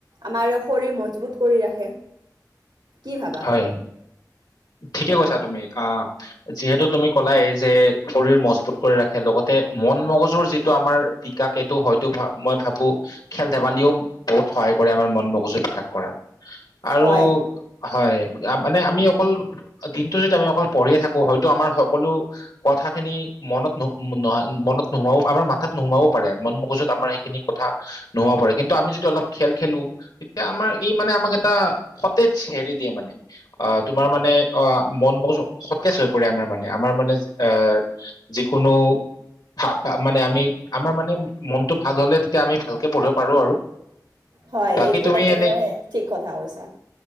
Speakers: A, on the right; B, on the left.
A: আমাৰ শৰীৰৰ মজবুত কৰি ৰাসে, কি ভাবা?
B: হয়। ঠিকে কৈছা তুমি আ যিহেতু তুমি কলাই যে শৰীৰ মজবুত কৰি ৰাখে লগতে মন-মগজুৰ যি টো আমাৰ বিকাশ এইটো হয়তো মই ভাৱো খেল-ধেমালিয়েও বহুত সহায় কৰে আমাৰ মন-মগজু বিকাশ কৰাত। আৰু
A: হয়,
B: হয়, য়া মানে আমি অক কল দিনটো যদি আমি অকল পঢ়িয়ে থাকোঁ হয়তো আমাৰ সকলো কথা খিনি মনত ন নহয় মনত নোহোমাব আমাৰ মাথাত নোহোমাবও পাৰে, মন-মগজুত আমাৰ সেইখিনি কথা নোহোমাব পাৰে কিন্তু আমি যদি অলপ খেল খেলোঁ এতিয়া আমাৰ ই মানে আমাক এটা সতেজ হেৰি দিয়ে মানে, আহ তোমাৰ মানে অ মন মগজু শত তেজ হৈ পৰে আমাৰ মানে, আমাৰ মানে আহ যিকোনো ভা ভা মানে আমি আমাৰ মানে মনটো ভাল হ'লে তেতিয়া আমি ভালকে পঢ়িব পাৰোঁ আৰু
A: হয়,
B: বাকী
A: এইটো
B: তুমি
A: একেবাৰে
B: এনে
A: ঠিক কথা কৈছা।